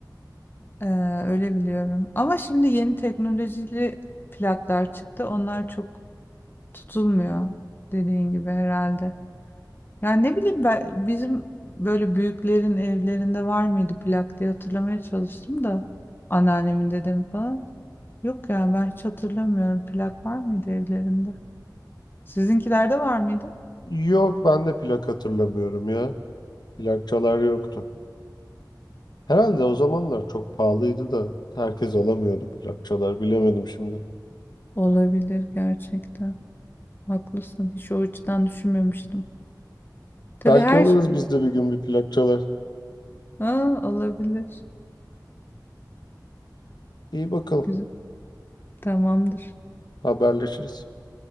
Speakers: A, on the left (about 30°); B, on the left (about 70°).
A: Ee, öyle biliyorum. Ama şimdi yeni teknolojili plaklar çıktı. Onlar çok tutulmuyor dediğin gibi herhalde. Yani ne bileyim ben bizim böyle büyüklerin evlerinde var mıydı plak diye hatırlamaya çalıştım da anneannemin dedemin falan. Yok yani ben hiç hatırlamıyorum. Plak var mıydı evlerinde? Sizinkilerde var mıydı?
B: Yok ben de plak hatırlamıyorum ya. Plakçalar yoktu. Herhalde o zamanlar çok pahalıydı da herkes alamıyordu plakçalar. Bilemedim şimdi.
A: Olabilir gerçekten. Haklısın. Hiç o açıdan düşünmemiştim. Tabii
B: Belki
A: her...
B: alırız biz de bir gün bir plakçalar.
A: Aa, olabilir.
B: İyi bakalım
A: Güzel. Tamamdır.
B: haberleşiriz.